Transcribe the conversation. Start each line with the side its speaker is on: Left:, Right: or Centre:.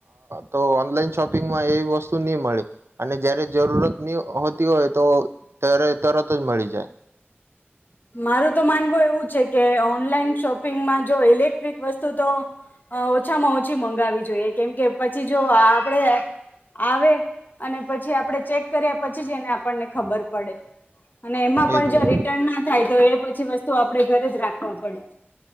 Right: તો ઓનલાઈન શોપિંગમાં એ વસ્તુ નહી મળે અને જ જરૂરત ની હોતી હોય. તો ત્યારે તરત જ મળી જાય
Left: મારું તો માનવું એવું છે કે ઓનલાઈન શોપિંગમાં જો ઇલે વસ્ત ઓછામાં ઓછી મગાવી જોઈએ કેમ કેછ કી જો આપડે આવે અને પછી આપડે ચેક કર્યા પછી જ એને આપણને ખબર પડે અને એમાં પણ
Right: એજ
Left: જો
Right: ને
Left: રિટર્ન ના એ પછી વસ્ તો આપડે ઘરે જ રાખવા પડે.